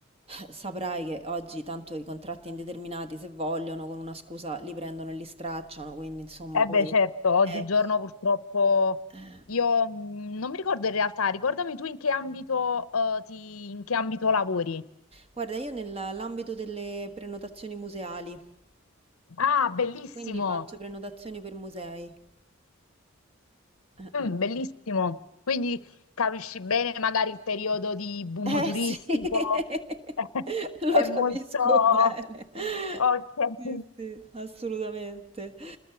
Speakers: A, on the right; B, on the left.
A: eh, saprai che oggi tanto i contratti indeterminati, se vogliono, con una scusa li prendono e li stracciano, quindi insomma,
B: Eh
A: poi
B: beh, certo, oggigiorno
A: ecco.
B: purtroppo
A: Eh,
B: io mh, non mi ricordo in realtà, ricordami tu in che ambito, eh, ti, in che ambito lavori.
A: Guarda, io nell'ambito delle prenotazioni museali,
B: Ah, bellissimo!
A: quindi faccio prenotazioni per musei. Eh.
B: Mm, bellissimo. Quindi capisci bene magari il periodo di boom
A: Eh
B: turistico.
A: sì, <laughs>
B: <laughs>
A: lo
B: È
A: capisco
B: molto...
A: bene.
B: Ok.
A: Sì, sì, assolutamente.